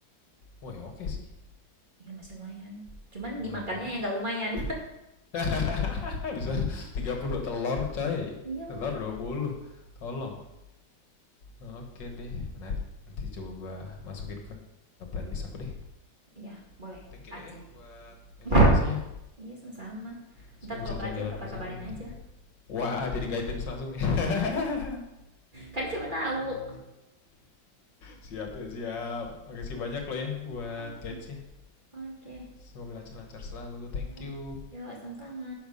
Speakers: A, on the left; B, on the right.
A: Wah, oke sih,
B: iya masih lumayan cuman
A: lumayan
B: dimakannya
A: banget.
B: yang nggak lumayan
A: <laughs> Bisa 30 telur coy,
B: <laughs> iya makanya
A: telur 20. tolong. Oke deh menarik, nanti coba gua masukin ke plan list aku deh.
B: iya boleh
A: Thank you
B: Aceh
A: loh ya buat informasinya,
B: <laughs> iya sama-sama
A: semoga
B: ntar kalau
A: bisa jalan-jalan
B: ke Aceh kabar-kabarin
A: ke sana nanti.
B: aja
A: Wah jadi guidance langsung nih. <laughs>
B: kan siapa tahu
A: Siap ya, siap. Makasih banyak loh ya buat
B: oke
A: guidesnya.
B: oke
A: Semoga lancar-lancar selalu. Thank
B: oke
A: you.
B: yuk sama-sama